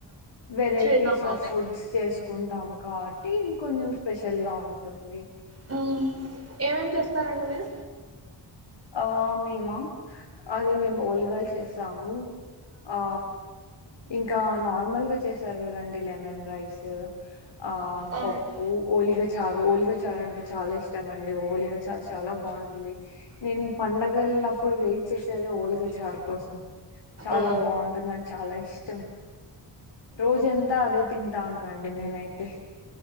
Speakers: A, on the left (about 70°); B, on the right (about 30°).
A: వెరైటీస్
B: శ్రీరామనవమి
A: ఆఫ్ ఫుడ్స్ చేసుకుంటాం కా ట్టి ఇంగొంచెం స్పెషల్ గా ఉంటుంది.
B: హ్మ్ ఏమేమి చేస్తారండి మీరు.
A: ఆ మేమా అది మేము ఓలిగలు చేసాము. ఆ ఇంకా నార్మల్గా చేసారు కదండి లెమన్ రైసు ఆ
B: ఓ
A: పప్పు ఓలిగ చా ఓలిగా చారంటే చాలా ఇష్టమండి ఓలిగా చా చాలా బాంటుంది. నేను పండగలప్పుడు వెయిట్ చేస్ సేది ఓలిగా చారు కోసం చాలా
B: ఓ
A: బావుంటది నాకు చాలా ఇష్టం. రోజంతా అదే తింటాంటానండి నేనైతే